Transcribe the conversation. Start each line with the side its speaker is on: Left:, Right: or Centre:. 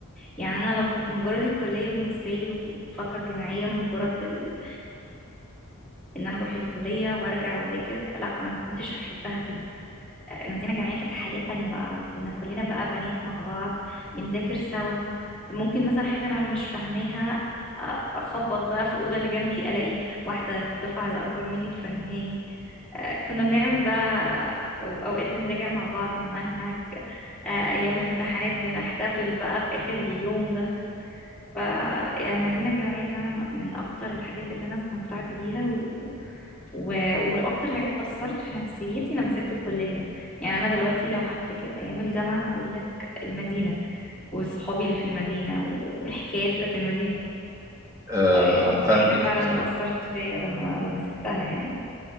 Centre: يعني انا لو كنت مجرد الكليه بالنسبه لي والفتره الجامعيه مجرد ال... ان انا اروح الكليه وارجع واذاكر لا انا ما كنتش هحبها كده المدينه الجامعيه كانت حياه تانية بقى كنا كلنا بقى بنات مع بعض بنذاكر سوا ممكن مثلا حاجه انا مش فاهماها أ- اخبط بقى في الاوضه اللي جنبي الاقي واحده في الدفعه اللي اكبر مني تفهمهاني آه، كنا بنعمل بقى أو- اوقات بنراجع مع بعض المنهج آه، ايام الامتحانات بنحتفل بقى في اخر اليوم ده فالمدينة الجامعية فعلا من أكتر الحاجات اللي أنا استمتعت بيها و... و... وأكتر حاجات أثرت في نفسيتي لما سبت الكلية يعني أنا دلوقتي لو هفتكر أيام الجامعة هقول لك المدينة والصحابي اللي في المدينة والحكايات بتاعت المدينة
Right: آه،
Centre: أي أكتر
Right: فاهمك
Centre: حاجة فعلا
Right: بصراحه
Centre: أثرت فيا لما لما سبتها يعني